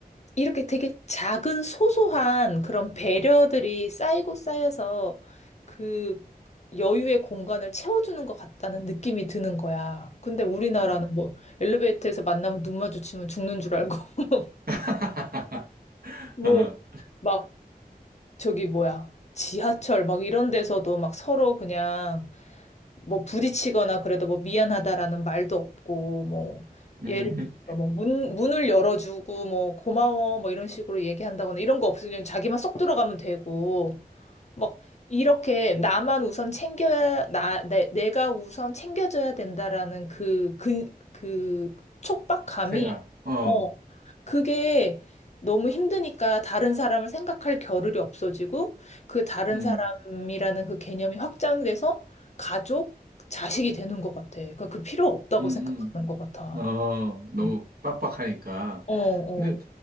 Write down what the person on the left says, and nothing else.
이렇게 되게 작은 소소한 그런 배려들이 쌓이고 쌓여서 그 여유의 공간을 채워주는 것 같다는 느낌이 드는 거야. 근데 우리나라는
뭐 엘리베이터에서 만나면 눈 마주치면 죽는 줄 알고, <laughs>
뭐
막 저기 뭐야. 지하철 막 이런 데서도 막 서로 그냥 뭐 부딪히거나 그래도 뭐 미안하다라는 말도 없고 뭐
예를 들어서 뭐 문, 문을 열어주고 뭐 고마워 뭐 이런 식으로 얘기한다거나 이런 거 없으면 자기만 쏙 들어가면 되고 막 이렇게 나만 우선 챙겨야 나 내, 내가 우선 챙겨줘야 된다라는 그 그 그 촉박감이
어 그게 너무 힘드니까 다른 사람을 생각할 겨를이 없어지고 그 다른
사람이라는 그 개념이 확장돼서 가족 자식이 되는 것 같아. 그러니까 그 필요 없다고
생각하는 것 같아.
음.
어, 어.